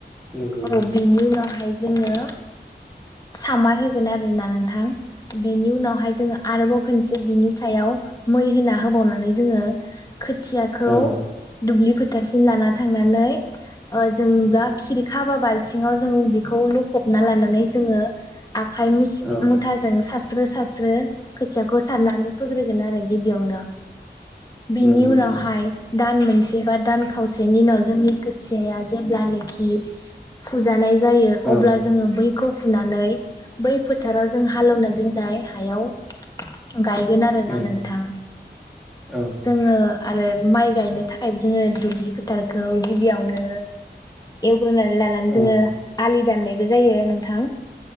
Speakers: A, in the centre; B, on the left.
A: नंगौ
B: औ उनावहाय जोङो सामार होगोन आरोना नोंथां बेनि उनावहाय जोङो आरोबाव खोनसे बिनि सायाव मै होना होबावनानै जोङो खोथियाखौ
A: औ
B: दुब्लि फोथारसिम लाना थांनानै ओ जों दा
A: औ
B: खिरखाबा बाल थिंङाव जों बिखौ लखबना लानानै जोङो आखाइ मुस
A: औ
B: मुथाजों सास स्रो सास्रो खैथियाख खौ सारनानै फोग्रोगोन आरो गिबियावनो बेनि
A: नंगौ
B: उनावहाय
A: नोंथां
B: दान मोनसे बा दान खावसेनि उनाव जोंनि खोथियाया जेब्लानोखि फुजानाय ज जायो अब्ला
A: औ
B: जोङो बैखौ फुनानै बै फोथाराव जों हालौवना दोननाय हायाव गायगोन आरोना
A: नंगौ
B: नोंथां
A: औ
B: जोङो आरो माइ गायनो थाखायबो जोङो दुब्लि फोथारखौ गिबियावनो एवग्रोनाय जोङो
A: औ
B: आलि दाननायबो जायो नोंथां